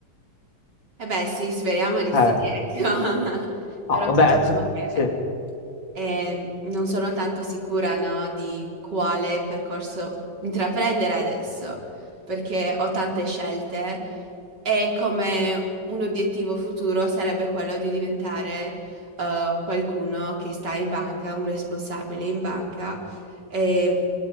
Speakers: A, on the right; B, on the left.
A: E beh, sì, speriamo di
B: Eh,
A: sì, <laughs> ecco. Però
B: Ah, vabbè,
A: diciamo
B: s-
A: che
B: sì.
A: eh, non sono tanto sicura, no, di quale percorso intraprendere adesso, perché ho tante scelte E come un obiettivo futuro sarebbe quello di diventare eh, qualcuno che sta in banca, un responsabile in banca, eh,